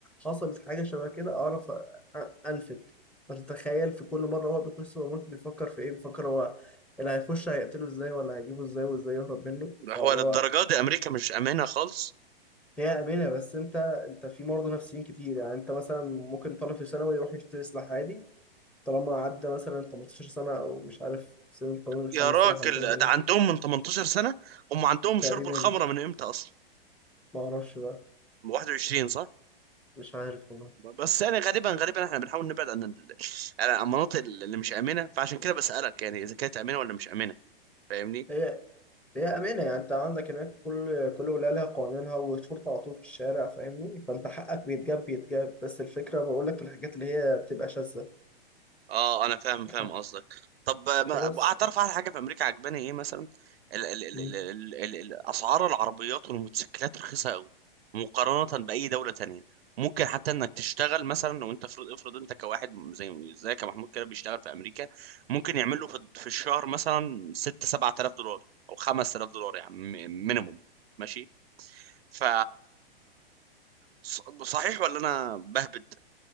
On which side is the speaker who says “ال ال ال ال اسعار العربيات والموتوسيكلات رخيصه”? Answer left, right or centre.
Right